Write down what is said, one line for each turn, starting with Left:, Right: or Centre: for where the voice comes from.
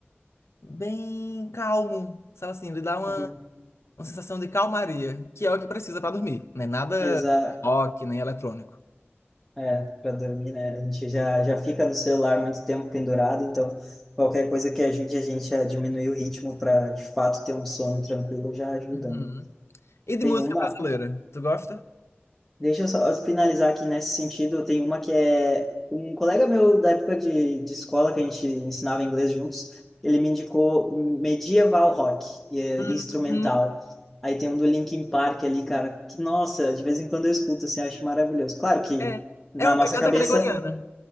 Left: bem calmo. Sabe assim, ele dá uma,
Centre: Uhum.
Left: uma sensação de calmaria, que é o que precisa para dormir. Não é nada
Centre: Exa
Left: rock, nem eletrônico.
Centre: é, para dormir, né? A gente já já fica no celular muito tempo pendurado, então qualquer coisa que ajude a gente a diminuir o ritmo para de fato ter um sono tranquilo já ajuda.
Left: Uhum.
Centre: né?
Left: E de
Centre: Tem
Left: música
Centre: uma
Left: brasileira? Tu gosta?
Centre: Deixa eu só finalizar aqui nesse sentido. Tem uma que é um colega meu da época de, de escola, que a gente ensinava inglês juntos, ele me indicou Medieval Rock, e é
Left: Uhum.
Centre: instrumental. Aí tem um do Linkin Park ali, cara, que nossa, de vez em quando eu escuto, assim, acho maravilhoso. Claro que
Left: É.
Centre: na
Left: É uma
Centre: nossa
Left: pegada
Centre: cabeça,
Left: gregoriana.